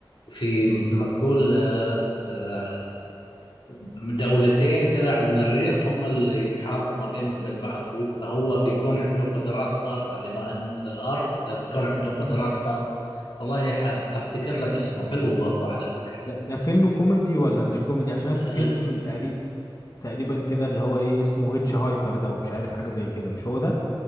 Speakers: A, on the left; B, on the left.
A: في مثل ما تقول آه، آه، دولتين كذا على المريخ هم اللي يتحاربوا ما بينهم بين بعض هو فهو بيكون عنده قدرات خارقة بما انه من الارض فبتكون عنده قدرات
B: امم.
A: خارقة والله ح- حفتكر لك اسمه حلو برضه على فكرة
B: ده ده فيلم كوميدي ولا مش كوميدي عشان أنا في
A: لا
B: فيلم تقريبا تقريبا كده اللي هو ايه اسمه هيتش هايكر ده ومش عارف حاجه زي كده مش هو ده